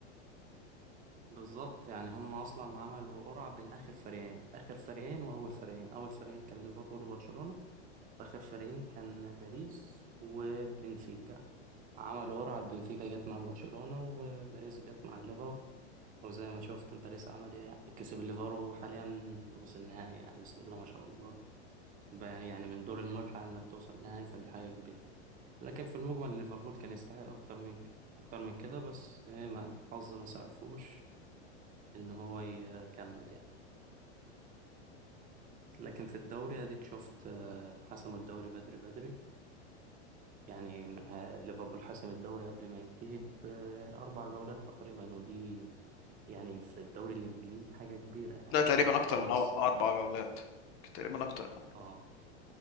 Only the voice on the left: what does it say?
ده تقريبا
اكتر من أو- اربع جولات تقريبا اكتر